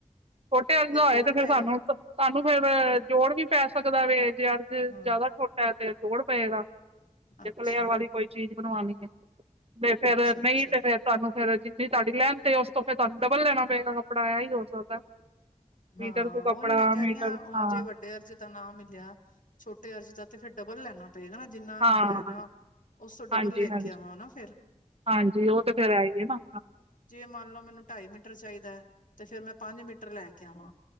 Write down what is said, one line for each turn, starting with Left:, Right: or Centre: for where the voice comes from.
Right: ਛੋਟੇ ਅਰਜ ਦਾ ਹੋਏ
Left: ਜੋੜ
Right: ਤੇ
Left: ਪਏਗਾ
Right: ਫੇਰ ਸਾਨੂੰ, ਤਾਨੂੰ ਫੇਰ ਜੋੜ ਵੀ ਪੈ ਸਕਦਾ ਵੇ ਜੇ ਅਰਜ਼
Left: ਹੂੰ,
Right: ਜ਼ਾਦਾ ਛੋਟ ਟਾ ਤੇ ਜੋੜ ਪਏਗਾ, ਜੇ
Left: ਅੱਛਾ,
Right: ਫਲੇਅਰ ਵਾਲੀ ਕੋਈ ਚੀਜ਼ ਬਣਵਾਣੀ ਐ ਤੇ ਫੇਰ
Left: ਅੱਛਾ-ਅੱਛਾ।
Right: ਨੀ ਤੇ ਫੇਰ ਤਾਨੂੰ ਫੇਰ ਜਿੰਨੀ ਤਾਡੀ ਲੈਂਥ ਏ, ਉਸ ਤੋਂ ਫ਼ਿਰ ਤਾਨੂੰ ਡਬਲ ਲੈਣਾ ਪਏਗਾ ਕੱਪੜਾ ਐਹੀ ਹੋ ਸਕਦਾ
Left: ਹਾਂ
Right: ਮੀਟਰ ਤੋਂ ਕੱਪੜਾ
Left: ਓ, ਈ, ਮੈਂ, ਕੈ,
Right: ਮੀਟਰ
Left: ਰਈ, ਆ ਹੁਣ
Right: ਹਾਂ
Left: ਜੇ ਵੱਡੇ ਅਰਜ ਦਾ ਨਾ ਮਿਲੇਆ, ਛੋਟੇ ਅਰਜ ਦਾ ਤੇ ਫੇਰ ਡਬਲ ਲੈਣਾ ਪਏਗਾ ਨਾ, ਜਿੰਨਾ
Right: ਹਾਂ
Left: ਮੈਂ ਲੈਣਾ ਉਸ ਤੋਂ ਡਬਲ
Right: ਹਾਂਜੀ
Left: ਲੈ ਕੇ
Right: ਹਾਂਜੀ
Left: ਆਵਾਂ ਨਾ ਫੇਰ
Right: ਹਾਂਜੀ ਓ ਤੇ ਫੇਰ ਹੈ ਹੀ ਨਾ
Left: ਜੇ ਮੰਨ ਲਓ ਮੈਨੂੰ ਢਾਈ ਮੀਟਰ ਚਾਈਦਾ ਤੇ ਫੇਰ ਮੈਂ ਪੰਜ ਮੀਟਰ ਲੈ ਕੇ ਆਵਾਂ